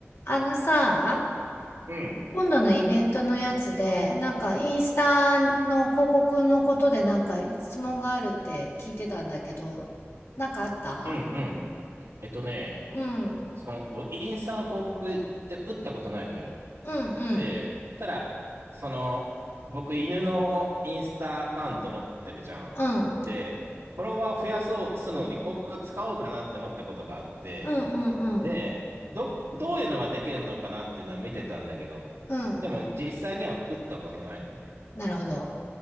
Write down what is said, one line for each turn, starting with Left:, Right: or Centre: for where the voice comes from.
Left: あのさ、
Right: うん、
Left: 今度のイベントのやつで、なんかインスタの広告のことでなんか質問があるって聞いてたんだけど、なんかあった
Right: うん、うん。えっとね、
Left: うん。
Right: その、インスタの広告って打ったことないのよ。
Left: うんうん。
Right: で、ただ、その、僕、犬のインスタアカウント持ってるじゃん。
Left: うん。
Right: で、フォロワー増やそうするのに広告使おうかなって思ったことがあって、
Left: うんうんうん。
Right: で、ど、どういうのができるのかなっていうのは見てたんだけど、
Left: うん。
Right: でも実際には打ったことないのね。
Left: なるほど。